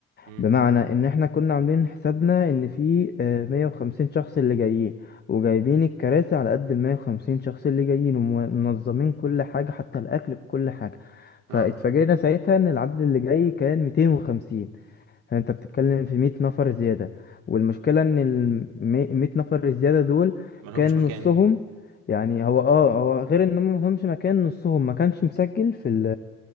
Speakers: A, on the right; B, on the left.
A: امم
B: بمعنى ان احنا كنا عاملين حسابنا ان في آه، 150 شخص اللي جايين وجايبين الكراسي على قد ال 150 شخص اللي جايين ومنظمين كل حاجة حتى الاكل بكل حاجة فاتفاجئنا
A: اه
B: ساعتها ان العدد اللي جاي كان 250 فانت بتتكلم في 100 نفر زيادة والمشكلة ان ال 100 نفر الزيادة دول
A: ملهمش
B: كان
A: مكان
B: نصهم يعني هو اه هو غير ان هم مفهمش مكان نصهم ما كانش مسجل في ال